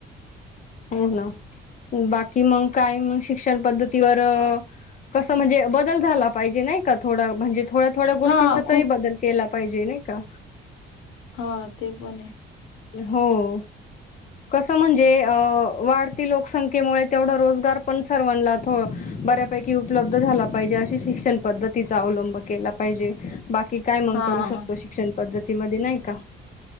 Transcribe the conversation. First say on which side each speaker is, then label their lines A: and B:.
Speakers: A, on the left (about 40°); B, on the left (about 85°).
A: हो ना बाकी मग काय मग शिक्षण पद्धतीवर कसं म्हणजे बदल झाला पाहिजे नाही का थोडा म्हणजे थोड्या थोड्या
B: हा
A: गोष्टींचा
B: खूप
A: तरी बदल केला पाहिजे नाही का
B: हा ते पण आहे
A: हो कसं म्हणजे अ वाढती लोकसंख्येमुळे तेवढा रोजगार पण सर्वांनाला बऱ्यापैकी उपलब् झाला पाहिजे अशी शिक्षण पद्धत तिचा अवलंब केला पाहिजे बाकी काय मग
B: हा
A: करू शकतो शिक्षण पद्धतीमध्ये नाही का